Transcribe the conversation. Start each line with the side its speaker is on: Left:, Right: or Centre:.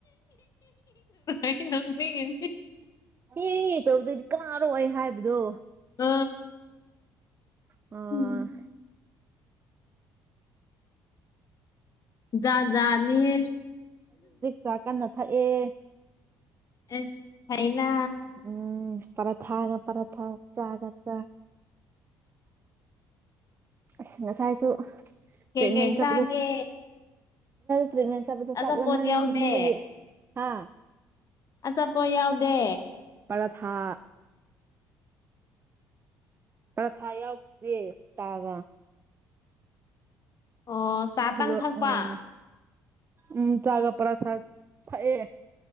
Left: ꯑꯩ ꯅꯣꯛꯅꯤꯡꯉꯤꯅꯤ
Right: ꯍ ꯇꯧꯕꯗꯗꯤ ꯀꯅꯥꯅꯣ ꯍꯥꯏꯕꯗꯣ
Left: ꯑ
Right: ꯑ
Left: ꯎꯝ ꯌꯥꯖꯅꯤ ꯍꯦ
Right: ꯆꯥꯛ ꯀꯟꯅ ꯊꯛꯑꯦ
Left: ꯑꯦ ꯍꯩꯅ
Right: ꯎꯝ ꯄꯔꯠꯒ ꯄꯔꯠ ꯆꯒ ꯆ ꯁ ꯉꯁꯥꯏꯁꯨ
Left: ꯀꯩꯀꯩ
Right: ꯇ ꯃꯦꯟ ꯆ
Left: ꯆꯥꯒꯦ
Right: ꯄꯨ ꯇ꯭ꯔꯤꯠꯃꯦꯟ ꯆꯠꯄꯗ
Left: ꯑꯆꯥꯄꯣꯠ
Right: ꯆꯥꯛ ꯂꯝꯃꯟꯕꯒꯤ
Left: ꯌꯥꯎꯗꯦ
Right: ꯍꯥ
Left: ꯑꯆꯥꯄ ꯌꯥꯎꯗꯦ
Right: ꯄꯔꯊꯥ ꯄ꯭ꯔꯊꯥ ꯌꯥꯎꯗꯦ ꯆꯥꯕ
Left: ꯑꯣ ꯆꯥ
Right: ꯊꯨꯂꯣ
Left: ꯇꯪ ꯊꯛꯄ
Right: ꯎꯝ ꯎꯝ ꯆꯥꯒ ꯄꯔ ꯊꯌꯦ